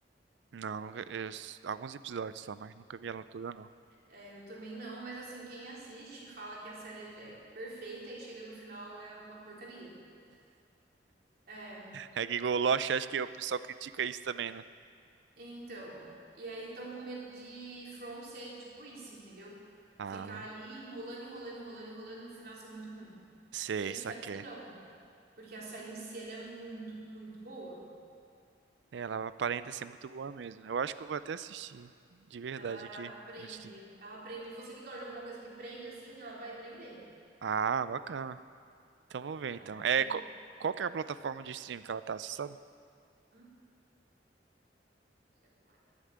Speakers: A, on the right; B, on the right.
A: Não, nunca, eu- alguns episódios só, mas nunca vi ela toda, não.
B: É, Eu também não, mas assim, quem assiste fala que a série ela é perfeita e chega no final é uma porcaria. É,
A: Hack Go Lost, acho que o pessoal critica isso também, né?
B: então. E aí estão com medo de From ser tipo isso, entendeu?
A: Ah,
B: Ficar ali enrolando, enrolando, enrolando, enrolando, no final ser muito ruim.
A: sei,
B: Eu espero
A: saquei.
B: que não. Porque a série em si, ela é muito, muito boa.
A: É, Ela aparenta ser muito boa mesmo. né? Eu acho que eu vou até assistir, de verdade
B: Ela,
A: aqui.
B: ela prende.
A: antes de-
B: Ela prende. Você que gosta de alguma coisa que prende assim, ela vai prender.
A: Ah, bacana. Então vou ver
B: Ela
A: então.
B: vai prender.
A: É, qual, qual que é a plataforma de streaming que ela tá, você sabe?
B: Hum, e agora?